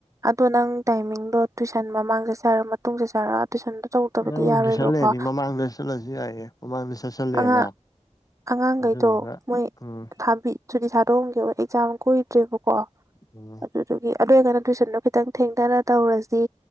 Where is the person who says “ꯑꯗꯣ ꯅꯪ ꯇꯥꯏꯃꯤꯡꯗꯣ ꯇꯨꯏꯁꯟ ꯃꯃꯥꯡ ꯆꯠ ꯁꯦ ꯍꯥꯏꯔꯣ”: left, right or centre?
Right